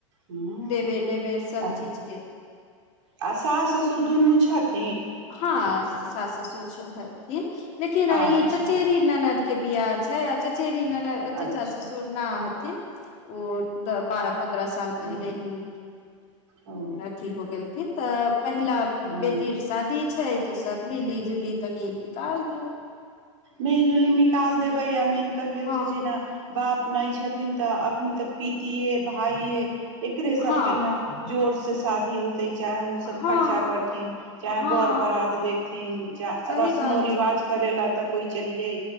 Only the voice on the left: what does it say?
देबे लेबे सब
चीजके
हाँ सास ससुर छै छथिन लेकिन ई
चचेरी ननद के बिआह छै अ- चचेरी ननद चचा
ससुर ना क <unintelligible> ओ तऽ बारह पन्द्रह साल
पहिले ही
अथी हो गेलथिन तऽ पहिला
बेटी शा- -दी छै तऽ सब मिली जुली तनि निकाल देत
हँ
हँ
हँ
हँ
सही
बात
छै